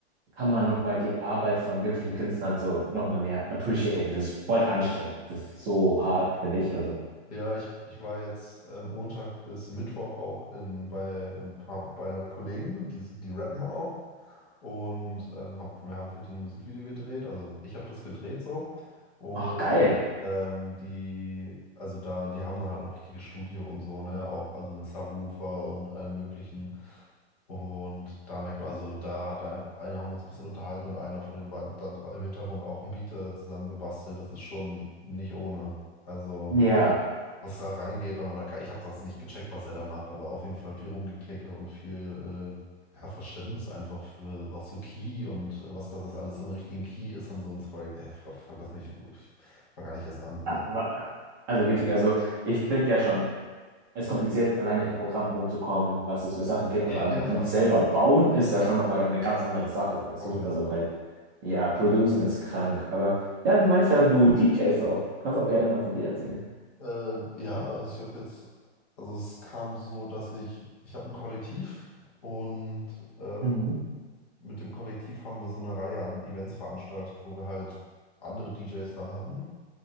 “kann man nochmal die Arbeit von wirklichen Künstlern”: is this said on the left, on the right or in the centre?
Right